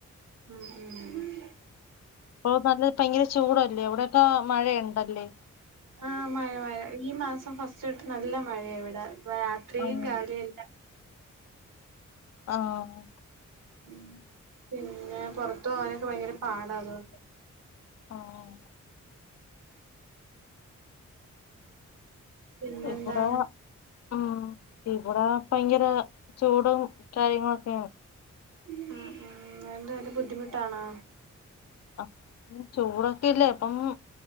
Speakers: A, on the right; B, on the left.
A: ഉം ഉം
B: പ്പൊ നല്ല ഭയങ്കര ചൂടല്ലേ ഇവിടൊക്കെ മഴയുണ്ടല്ലേ
A: ആഹ് മഴ മഴ ഈ മാസം ഫസ്റ്റ് തൊട്ട് നല്ല മഴയ ഇവിടെ രാത്രിയും
B: ആഹ്
A: രാവിലെയല്ല
B: ആഹ്
A: ഉം പിന്നെ പൊറത്ത് പോകാനൊക്കെ ഭയങ്കര പാടാ അതൊ
B: ആഹ്
A: പിന്നെന്താണ്
B: ഇവടെ ഉം ഇവടെ ഭയങ്കര ചൂടും കാര്യങ്ങളൊക്കേണ്
A: ഉം ഉം അയിന്റെ നല്ല ബുദ്ധിമുട്ടാണോ
B: ആഹ് ചൂടൊക്കെല്ലേ അപ്പം